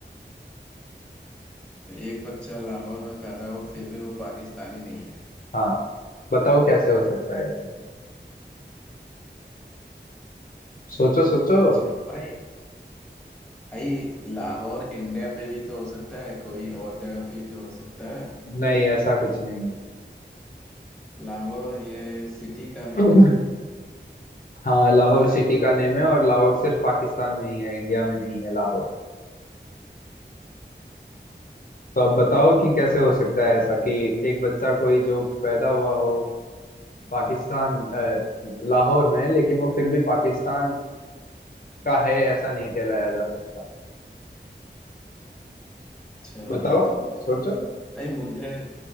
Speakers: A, in the centre; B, on the left (about 50°).
A: एक बच्चा लाहौर में पैदा हो फिर भी वो पाकिस्तानी नहीं है
B: हाँ बताओ कैसे हो सकता है ऐसा सोचो सोचो
A: चल भाई भाई लाहौर इंडिया पे भी तो हो सकता है कोई और जगह पे भी तो हो सकता है
B: नहीं ऐसा कुछ नहीं
A: लाहौर ये सिटी का नेम
B: है
A: है
B: हाँ लाहौर
A: मतलब
B: सिटी का नेम है और लाहौर सिर्फ पाकिस्तान में ही है इंडिया में नहीं है लाहौर तो अब बताओ कि कैसे हो सकता है ऐसा कि एक बच्चा कोई जो पैदा हुआ हो
A: हम्म,
B: पाकिस्तान अ, लाहौर में लेकिन वो फिर भी पाकिस्तान का है ऐसा नहीं कहलाया जा सकता
A: अच्छा
B: बताओ
A: तो
B: सोचो
A: भाई मुझे